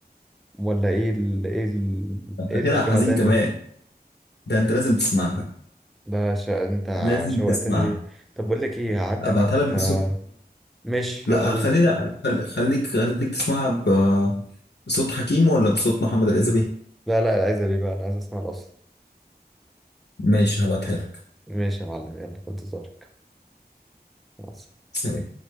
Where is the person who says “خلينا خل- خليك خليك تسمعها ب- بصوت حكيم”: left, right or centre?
Left